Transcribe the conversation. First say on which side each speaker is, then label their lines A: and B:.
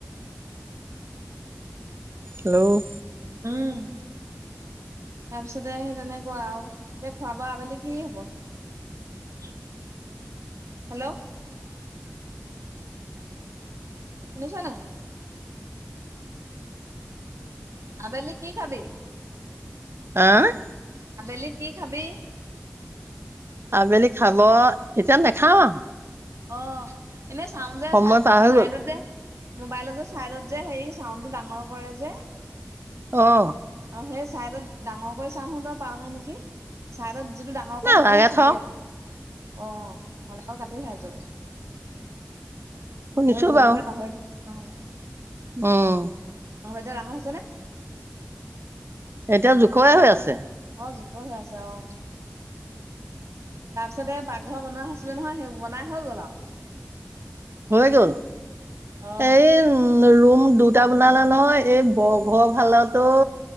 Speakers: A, on the right (about 55°); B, on the right (about 85°).
A: হেল্ল'
B: উম তাৰপিছতে সেই তেনেকুৱা আৰু এ খোৱা বোৱা আবেলি কি হব হেল্ল' শুনিছানে নাই আবেলি কি খাবি।
A: অহ ',
B: আবেলি কি খাবি।
A: আবেলি খাব এতিয়া নেখাও আৰু।
B: অহ ', এনে চউন্দ যে
A: সময় পাৰ হৈ
B: চাইদত
A: গ'ল
B: যে। মোবাইলত যে চাইডত যে সেই চাউণ্ডটো ডাঙৰ কৰে যে।
A: অহ ',
B: আৰু সেই চাইডত ডাঙৰ কৰি চাচোন তই পাৱনে নেকি চাইডত। যিটো ডাঙৰ
A: নালাগে
B: কৈ সেইটোহে চুবি
A: থ
B: আকৌ। অহ', নহ'লে আকৌ কাটি খাই যাব।
A: শুনিছো
B: সেই কৰিবলৈ
A: বাৰু
B: পাহৰি অহ ',
A: উম।
B: এতিয়া ডাঙৰ হৈছে নে।
A: এতিয়া জোখৰে হৈ আছে।
B: অহ ', জোখৰ হৈ আছে অহ ', তাৰপিছতে এই পাকঘৰ বনোৱা হৈছিলে নহয় সেই বনাই হৈ গ'ল আৰু।
A: হয় গল
B: অ
A: এই ৰুম। দুটা বনালে নহয় এই বৰঘৰৰ ফালতো।